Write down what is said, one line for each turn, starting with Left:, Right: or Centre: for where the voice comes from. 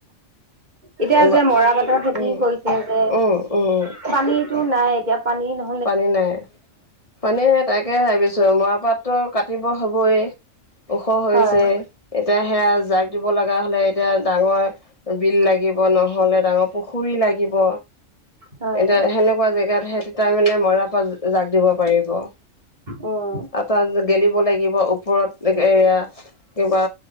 Right: এতিয়া
Left: উম
Right: যে মৰা পাটৰ খেতি
Left: উম
Right: কৰিছে যে,
Left: উম উম
Right: পানীতো নাই এতিয়া, পানী ন
Left: পানী নাই। পানী, সেই তাকে ভাবিছোঁ, মৰাপাটতো কাটিব হ'ব এ। ওখ হৈছেই
Right: হয়,
Left: এতিয়া, সেয়া জাগ দিব লাগা হ'লে এতিয়া ডাঙৰ বিল লাগিব, নহ'লে ডাঙৰ পুখুৰী লাগিব।
Right: হয়,
Left: এতিয়া সেনেকুৱা জেগাতহে তেতাই মানে মৰাপাট জাগ দিব পাৰিব।
Right: উম,
Left: আ', তাত গেলিব লাগিব ওপৰত এগ এয়া। কিবা